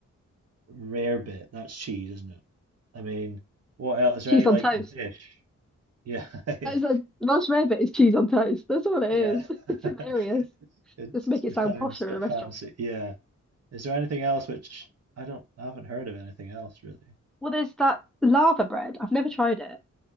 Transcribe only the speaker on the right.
rarebit, that's cheese, isn't it? I mean, what else? Is there
any
like
dish? Yeah, <laughs> yeah,
yeah.
<laughs>
It's
it
sounds
a
bit
fancy. Yeah. Is there anything else which I don't, I haven't heard of anything else really.